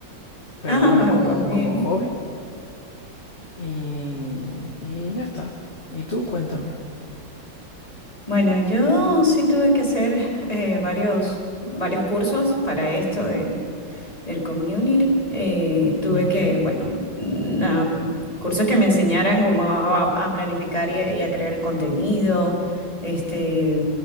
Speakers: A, on the left; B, on the left.
A: Pero
B: Ah,
A: bueno, como,
B: <laughs> pues bien.
A: como hobby y, y ya está. Y tú, cuéntame.
B: Bueno, yo sí tuve que hacer eh, varios, varios cursos para esto de. del community. eh, tuve que,
A: ¿Qué?
B: bueno, na- cursos que me enseñaran cómo a, a planificar y a, y a crear el contenido, este,